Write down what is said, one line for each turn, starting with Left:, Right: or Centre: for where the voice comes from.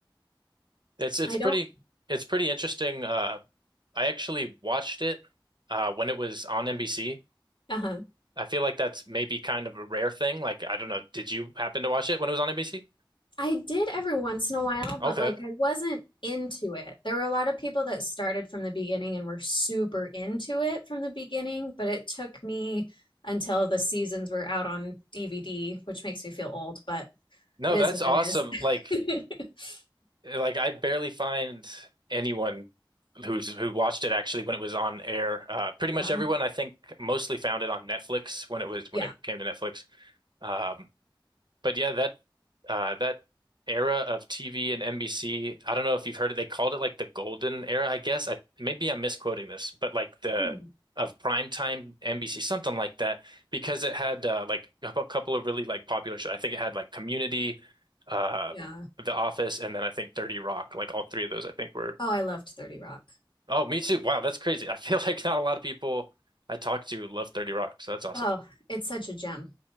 Left: <laughs>
Right: It's it's
Left: I
Right: pretty
Left: don't
Right: it's pretty interesting. Uh, I actually watched it uh, when it was on NBC.
Left: uh-huh.
Right: I feel like that's maybe kind of a rare thing. Like I don't know, did you happen to watch it when it was on NBC?
Left: I did every once in a while,
Right: Okay.
Left: but like I wasn't into it. There were a lot of people that started from the beginning and were super into it from the beginning, but it took me until the seasons were out on DVD, which makes me feel old, but
Right: No,
Left: it is
Right: that's
Left: what
Right: awesome.
Left: it
Right: Like
Left: is. <laughs>
Right: like I barely find anyone who's who watched it actually when it was on air. Uh, pretty much
Left: Yeah.
Right: everyone I think mostly found it on Netflix when it was when
Left: Yeah.
Right: it came to Netflix. Um, but yeah, that uh, that era of TV and NBC. I don't know if you've heard it. They called it like the golden era, I guess. I, maybe I'm misquoting this, but like the
Left: Hmm.
Right: of primetime NBC, something like that, because it had uh, like a couple of really like popular shows. I think it had like Community, uh,
Left: Yeah.
Right: The Office, and then I think 30 Rock. Like all three of those, I think were.
Left: Oh, I loved 30 Rock.
Right: Oh, me too. Wow, that's crazy. I feel <laughs> like not a lot of people I talk to love 30 Rock, so that's awesome.
Left: Oh, it's such a gem.